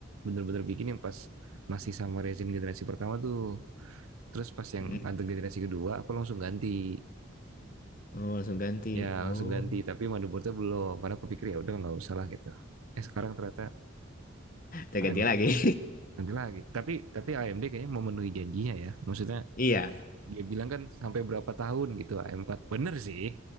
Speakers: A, on the right (about 85°); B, on the left (about 40°).
A: bener-bener bikin yang pas masih sama resin generasi pertama tuh Terus pas yang
B: Mm-mm.
A: ada generasi kedua, aku langsung ganti.
B: Oh, langsung ganti.
A: Ya
B: Oh,
A: langsung ganti, tapi motherboardnya belum. Karena aku pikir ya udah nggak usah lah gitu. Eh sekarang ternyata
B: terganti
A: AM
B: lagi. <laughs>
A: nanti lagi. Tapi tapi AMD kayaknya memenuhi janjinya ya. Maksudnya
B: Iya,
A: dia bilang kan sampai berapa tahun gitu AM4. Bener sih,